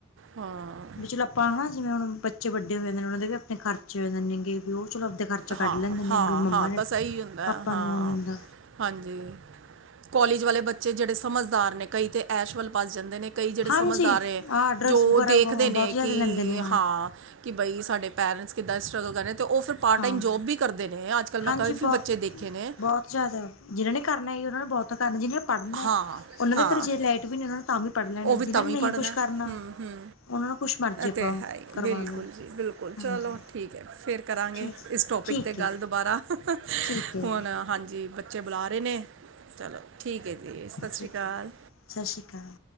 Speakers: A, on the right; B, on the left.
A: ਹਾਂ।
B: ਵੀ ਚਲੋ ਆਪਾਂ ਹਨਾ ਜਿਵੇਂ ਹੁਣ ਬੱਚੇ ਵੱਡੇ ਹੋਏ ਜਾਂਦੇ ਨੇ, ਉਹਨਾਂ ਦੇ ਵੀ ਆਪਣੇ ਖਰਚੇ ਹੋ ਜਾਂਦੇ ਨੇਗੇ ਵੀ ਉਹ ਚਲੋ ਆਪਦੇ ਖਰਚੇ ਚ ਕੱਢ
A: ਹਾਂ
B: ਲੈਂਦੇ ਨੇ
A: ਹਾਂ
B: ਵੀ ਮੰਮਾ
A: ਹਾਂ
B: ਨੇ
A: ਬਸ ਇਹੀ ਹੁੰਦਾ
B: ਪਾਪਾ
A: ਹੈ, ਹਾਂ
B: ਨੂੰ <unintelligible>
A: ਹਾਂਜੀ, ਕੋਲਜ ਵਾਲੇ ਬੱਚੇ ਜਿਹੜੇ ਸਮਝਦਾਰ ਨੇ ਕਈ ਤੇ ਐਸ਼ ਵੱਲ <unintelligible> ਜਾਂਦੇ ਨੇ ਕਈ ਜਿਹੜੇ
B: ਹਾਂਜੀ
A: ਸਮਝਦਾਰ ਐ,
B: ਆਹ ਡਰੱਗਸ
A: ਜੋ
B: ਵਗੈਰਾ
A: ਦੇਖਦੇ
B: ਬਹੁਤ
A: ਨੇ
B: ਜ਼ਿਆਦਾ
A: ਕਿ
B: ਲੈਂਦੇ ਨੇ
A: ਹਾਂ ਕਿ ਬਈ ਸਾਡੇ ਪੇਰੈਂਟਸ ਕਿੱਦਾਂ ਸਟਰਗਲ ਕਰ ਰਹੇ ਨੇ ਤੇ ਉਹ ਫਿਰ ਪਾਰਟ
B: ਹਾਂ
A: ਟਾਈਮ ਜੋਬ ਵੀ ਕਰਦੇ ਨੇ ਅੱਜ-ਕੱਲ੍ਹ ਮੈਂ
B: ਹਾਂਜੀ
A: ਕਾਫੀ
B: ਬਹੁਤ
A: ਬੱਚੇ ਦੇਖੇ ਨੇ।
B: ਬਹੁਤ ਜ਼ਿਆਦਾ ਜਿਹਨਾਂ ਨੇ ਕਰਨਾ ਉਹਨਾਂ ਨੇ ਬਹੁਤਾ ਕਰਨਾ ਜਿਹਨਾਂ ਨੇ ਪੜ੍ਹਨਾ
A: ਹਾਂ
B: ਉਹਨਾਂ
A: ਹਾਂ
B: ਦੇ ਘਰ ਜੇ ਲਾਈਟ ਵੀ ਨਈਂ ਉਹਨਾਂ ਨੂੰ ਤਾਂ ਵੀ ਪੜ੍ਹ ਲੈਣੇ
A: ਉਹ ਵੀ
B: ਜਿਹਨਾਂ
A: ਤਾਂਵੀਂ
B: ਨੇ ਨਹੀਂ
A: ਪੜ੍ਹਨਾ
B: ਕੁਛ ਕਰਨਾ
A: ਹਂ, ਹਂ।
B: ਉਹਨਾਂ ਨੂੰ ਕੁਛ ਮਰਜ਼ੀ
A: ਇਹ
B: ਆਪਾਂ
A: ਤੇ ਹੈ ਹੀ
B: ਕਰਵਾ
A: ਬਿਲਕੁਲ
B: ਲਉ
A: ਜੀ ਬਿਲਕੁਲ
B: ਹਾਂਜੀ
A: ਚਲੋ ਠੀਕ ਐ, ਫੇਰ ਕਰਾਂਗੇ
B: ਠੀਕ
A: ਇਸ ਟੋਪਿਕ
B: ਠੀਕ
A: ਤੇ
B: ਹੈ
A: ਗੱਲ ਦੁਬਾਰਾ
B: ਠੀਕ ਹੈ
A: ਹੁਣ
B: ਜੀ
A: ਹਾਂਜੀ ਬ ਬੱਚੇ ਬੁਲਾ ਰਹੇ ਨੇ, ਚਲੋ ਠੀਕ ਐਜੀ ਸਤਿ ਸ਼੍ਰੀ
B: ਠੀਕ
A: ਅਕਾਲ।
B: ਹੈ ਸਤਿ ਸ਼੍ਰੀ ਅਕਾਲ।